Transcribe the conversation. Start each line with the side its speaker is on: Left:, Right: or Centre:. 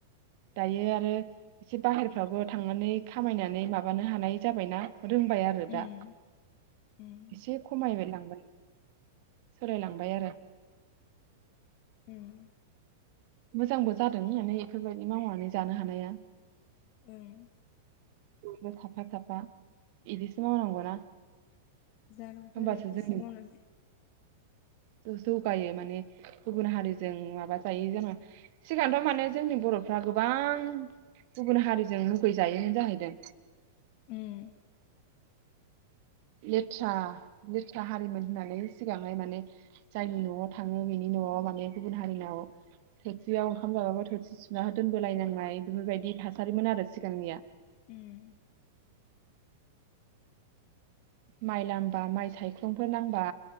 Right: दायो आरो एसे बाहेरफ्रावबो थांनानै खामायनानै माबानो हानाय जाबायना रोंबाय आरो
Left: उम
Right: दा
Left: उम
Right: एसे खमायबायलांबाय सोलायलांबाय आरो
Left: उम
Right: मोजांबो जादों माने एफोरबायदि मावनानै जानो हानाया
Left: उम
Right: बयबो थाफा थाफा इदिसो मावनांगौना
Left: जागोन
Right: होमबासो
Left: थ' आरो इदिसो
Right: जोंनि
Left: मावनानै
Right: जौगायो माने गुबुन हारिजों माबा जायो जोङो सिगांथ' माने जोंनि बर'फ्रा गोबां गुबुन हारिजों मुगैजायोमोन जाहैदों
Left: उम
Right: लेथ्रा लेथ्रा हारिमोन होननानै सिगांहाय माने जायनि न'आव थाङो बेनि न'आव माने गुबुन हारिनाव थोरसियाव ओंखाम जाबाबो थोरसि सुना हो दोनबोलायनांनाय बेफोरबायदि थासारिमोन आरो सिगांनिया
Left: उम
Right: माइ लामबा माइ सायख्लंफोर नांबा